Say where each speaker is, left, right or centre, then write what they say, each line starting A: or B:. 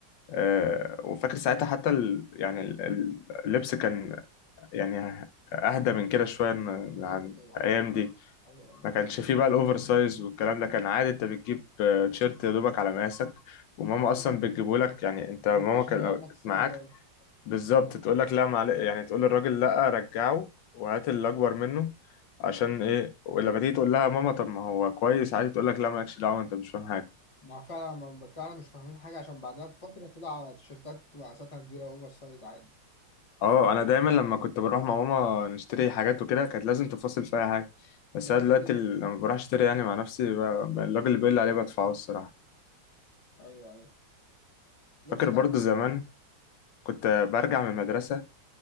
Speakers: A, on the left (about 80°); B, on the left (about 20°).
A: أه وفاكر ساعتها حتى ال يعني ال- ال- اللبس كان يعني اهدى من كده شويه من من عن
B: أيوه طبعا
A: الايام
B: طبعا
A: دي
B: أيوه أيوه
A: ما كانش فيه بقى الاوفر سايز والكلام ده كان عادي انت بتجيب آه، تيشيرت يا دوبك على مقاسك وماما اصلا بتجيبه لك يعني انت ماما
B: بيقولوا عشان
A: كان
B: يقعدوك
A: لو كانت
B: السنة
A: معاك
B: الجاية
A: بالظبط تقول لك لا معلش يعني تقول للراجل لا رجعه وهات اللي اكبر منه عشان ايه ولما تيجي تقول لها ماما طب ما هو كويس عادي تقول لك لا مالكش دعوه انت مش فاهم حاجه
B: ما فعلا ما بتاعنا مش فاهمين حاجة عشان بعدها بفترة طلع تيشيرتات مقاساتها كبيرة أوفر سايز عادي
A: اه انا دايما لما كنت بروح مع ماما نشتري حاجات وكده كانت لازم تفاصل فيها حاجه بس
B: ده
A: انا
B: كده
A: دلوقتي
B: كده
A: ال- لما بروح اشتري يعني مع نفسي ب- ب- الراجل اللي بيقول لي عليه بدفعه الصراحه
B: أيوه أيوه لبس
A: فاكر
B: بقى
A: برضو زمان كنت برجع من المدرسه